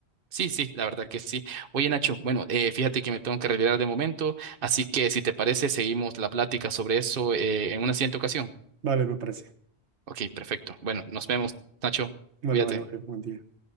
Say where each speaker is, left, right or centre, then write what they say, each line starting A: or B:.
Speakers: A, on the right; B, on the right.
A: Sí, sí, la verdad que sí. Oye, Nacho, bueno, eh, fíjate que me tengo que retirar de momento, así que si te parece, seguimos la plática sobre eso eh, en una siguiente ocasión.
B: Vale, me parece.
A: Ok, perfecto. Bueno, nos vemos, Nacho.
B: Vale,
A: Cuídate.
B: vale, vale. Buen día.